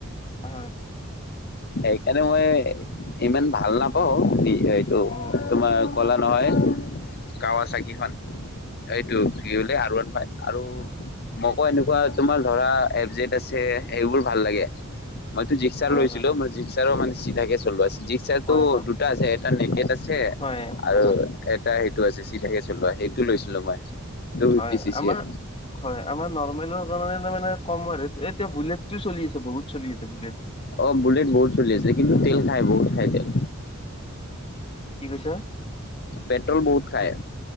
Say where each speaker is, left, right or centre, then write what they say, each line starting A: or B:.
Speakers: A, on the left; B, on the left.
A: হয়
B: সেইকাৰণে মই ইমান ভাল নাপাও। এইটো
A: উম উম
B: তোমাৰ কলা নহয় কাৱাচাকিখন। এইটো ফিৰ হলে আৰ ৱান পায় আৰু মকৌ এনেকুৱা তোমাৰ ধৰা এফ জট আছে, সেইবোৰ ভাল লাগে। মই তো জিক্সাৰ
A: হয়
B: লৈছিলো।
A: হয়
B: জিক্সাৰো মান চিধাকে চলোৱাছ জিছাটো
A: হয়
B: দুটা আছে এটা নেকেট আছে
A: হয় হয়
B: আৰু
A: হয়
B: এটা টো আ চি চি থাকে চোলোৱা সেইটো লৈছিলো মই। টু ফিফটি
A: হয়।
B: চি চিৰ
A: আমাৰ হয় আমাৰ নৰ্মেলৰ কাৰণে মানে কমৰেট এতিয়া বুলেটটো চলি আছে বহুত চলি আছে বুলেট।
B: অ বুলেট বহুত চলি আছে কিন্তু তেল খায় বহুত খায় তেল।
A: কি কৈছা?
B: পেট্ৰ'ল বহুত খায়।